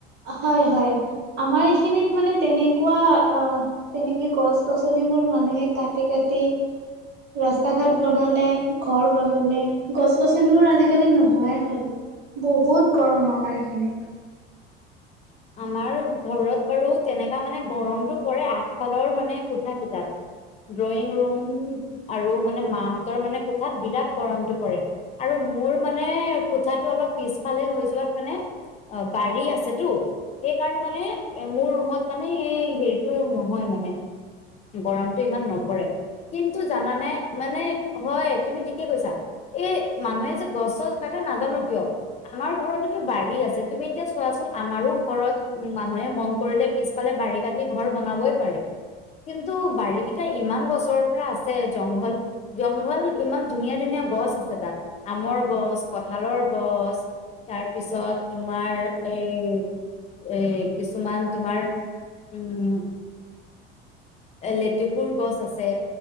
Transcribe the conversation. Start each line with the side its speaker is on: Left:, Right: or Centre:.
Right: হয়-হয় আমাৰ, এইখিনিত মানে তেনেকুৱা অ তেনেকে গছ-গছনি সেইবোৰ মানুহে কাটি-কাটি ৰাস্তা ঘাট বনালে, ঘৰ বনালে। গছ-গছনিবোৰ আজি-কালি নোহোৱাই হ'ল। বহুত গৰম আমাৰ এইখিনিত।
Left: আমাৰ ঘৰত বাৰু তেনেকা মানে গৰমতটো পৰে আগ ফালৰ মানে কোঠা কিতাপ ড্ৰয়িং ৰুম আৰু মানে মাহঁতৰ মানে কোঠাত বিৰাট গৰমতটো পৰে। আৰ আৰু মোৰ মানে কোঠাটো অলপ পিছফালে হৈ যোৱাত মানে অহ বাৰী আছেতো সেইকাৰণে মানে মোৰ ৰুমত মানে সেই হেৰিটো নহয় মানে গৰমতটো ইমান নপৰে। কিন্তু জানানে মানে হয় তুমি ঠিকে কৈছা। এই মানুহে যে গছ- চছ কাটে নাজানো কিয়? আমাৰ ঘৰতেতো বাৰী আছে তুমি এতিয়া চোৱাচোন আমাৰো ঘৰত উম মানুহে মন কৰিলে পিছফালে বাৰী কাটি ঘৰ বনাবই পাৰে কিন্তু বাৰী কেইটা ইমান বছৰৰ পৰা আছে জংঘল -জংঘল ইমান ধুনীয়া- ধুনীয়া গছ আছে তাত আমৰ গছ, কঠালৰ গছ, তাৰপিছত তোমাৰ এ- এ কিছুমান তোমাৰ উম এ লেটুকুৰ গছ আছে,